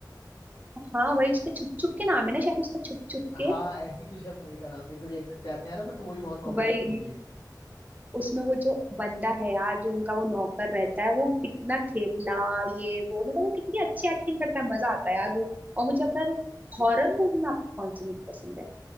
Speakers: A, on the right; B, on the left.
A: हाँ वही उसका छुप छुप के नाम है ना शायद उसका छुप छुप
B: हाँ
A: के
B: ऐसी कुछ है मूवी का नाम मेरे को भी एग्जैक्ट याद नहीं आ रहा बट वो भी बहुत कॉमेडियन
A: वही
B: मूवी है
A: उसमें वो जो बंदा है यार जो उनका वो नौकर रहता है वो कितना ठेपला ये वो मतलब वो कितनी अच्छी एक्टिंग करता है मजा आता है यार वो और मुझे अगर हॉरर मूवी में आपको कौन सी मूवी पसंद है